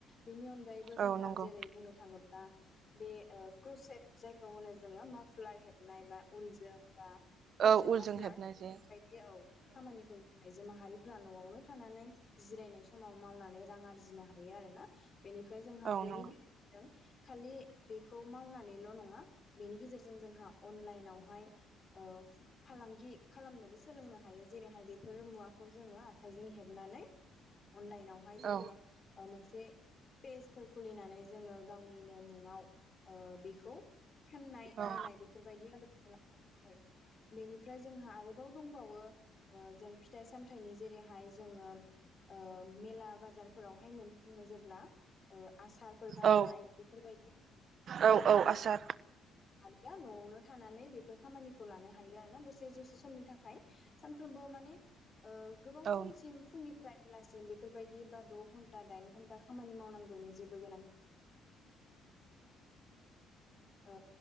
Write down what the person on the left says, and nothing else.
बेनि अनगायैबो
जोंहा
जेरै बुंनो थाङो दा बे ओ क्रुसेट जायखौ होनो जोङो मा फ्लार हेबनाय बा उलजों बा ग्रसेद
मा फ्लार
बेफोरबायदि
औ खामानिखौ आइजो माहारिफोरा न'आवनो थानानै जिरायनाय समाव मावनानै रां आरजिनो हायो आरोना बेनिफ्राय जोंहा
बेनि
गेजेरजों खालि बेखौ मावनानैल' नङा बेनि गेजेरजों जोंहा अनलाइनावहाय ओ फालांगि खालामनोबो सोलोंनो हायो जेरैहाय बेफोर मुवाखौ जोङो आखाइजों हेबनानै अनलाइनाववहाय जोङो
ओ मोनस से पेजफोर खुलिनानै जोङो गावनिनो मुङाव ओ बेखौ फाननाय बायनाय
बेफोरबायदि आदबखौ ला ए बेनिफ्राय जोंहा आरोबाव दंबावो ओ जों फिथाइ सामथाइनि जेरैहाय जोङो ओ मेला बाजारफोराव बेहाय मोनो जेब ब्ला ओ आसारफोर बानायनाय
बेफोरबायदि
आख न'वावनो थानानै बेफोर खामानिखौ लानो हायो आरोना दसे दसे समनि थाखाय सानफ्रामबो माने ओ गोबाव
समसिम फुंनि फ्राय बेलासिम बेफोरबायदि बा द' घन्टा दाइन घन्टा खामानि मावनांगौनि जेबो ओ